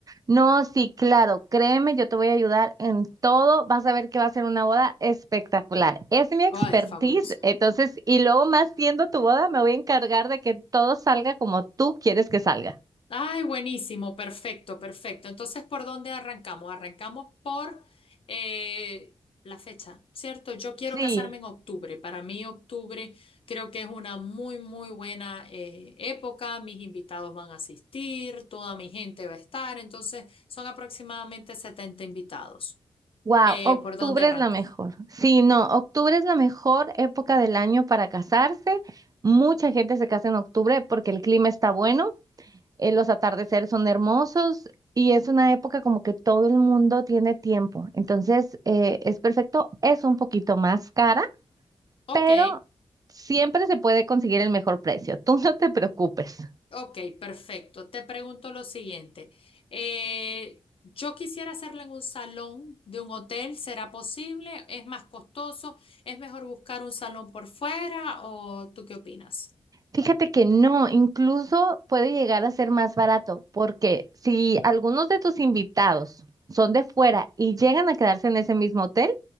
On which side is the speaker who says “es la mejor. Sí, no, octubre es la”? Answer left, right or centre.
Right